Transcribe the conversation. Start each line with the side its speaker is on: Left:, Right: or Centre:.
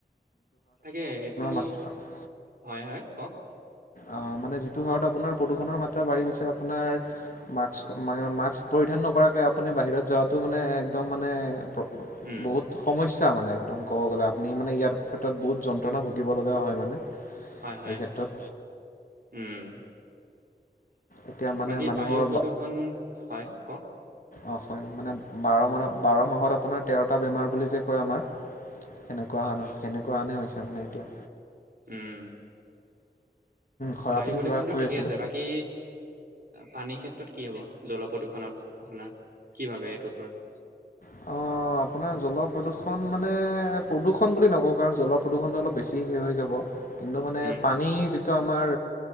Right: তাকে, এইটো
Left: মাত্ৰা
Right: হয়-হয় কওক?
Left: অহ, মানে যিটো হাৰত আপোনাৰ প্ৰদূষণৰ মাত্ৰা বাঢ়ি গৈছে, আপোনাৰ মাস্ক, মাস্ক পৰিধান নকৰাকে আপুনি বাহিৰত যোৱাটো মানে, একদম মানে, প্ৰ
Right: উম
Left: বহুত সমস্যা। মানে, একদম কব গ'লে আপুনি মানে ইয়াৰ ক্ষেত্ৰত বহুত যন্ত্ৰণা ভুগিব লগা হয় মানে।
Right: হয়-হয়,
Left: এই ক্ষেত্ৰত
Right: উম।
Left: এতিয়া মানে
Right: বাকী
Left: মানুহৰ
Right: বায়ু প্ৰদূৰ্ষণ হয়, কওক?
Left: অঁ হয়, মানে বাৰ মাহ বাৰ মাহত আপোনাৰ তেৰটা বেমাৰ বুলি যে, কয় আমাৰ। সেনেকুৱা হয় ন, সেনেকুৱা হেনে হৈছে মানে এতিয়া।
Right: উম
Left: হয়
Right: বায়ু
Left: আপুনি
Right: প্ৰদূষণতটো
Left: কিবা কৈ
Right: ঠিকে
Left: আছিলে
Right: আছে, বাকী পানী ক্ষেত্ৰত কি হ'ব, জলপ্ৰদূষণত আপোনাৰ? কি ভাবে এইটোৰ ওপৰত?
Left: অঁ আপোনাৰ জলপ্ৰদূষণ মানে, প্ৰদূষণ বুলি নকওঁ, কাৰণ, জলপ্ৰদূষণটো অলপ বেছি হে হৈ যাব। কিন্তু, মানে
Right: উম
Left: পানী তো আমাৰ